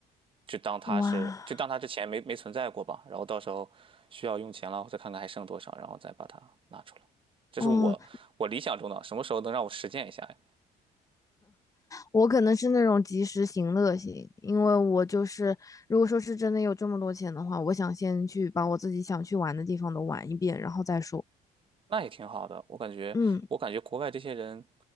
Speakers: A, on the right; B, on the left.
A: 就当它是就当它之前没没存在过吧，
B: 哇，
A: 然后到时候需要用钱了，再看看还剩多少，然后再把它拿出来。这是我我理想中的，
B: 哦，
A: 什么时候能让我实践一下呀？
B: 我可能是那种及时行乐型，因为我就是如果说是真的有这么多钱的话，我想先去把我自己想去玩的地方都玩一遍，然后再说。
A: 那也挺好的，我感觉我感觉国外这些人
B: 嗯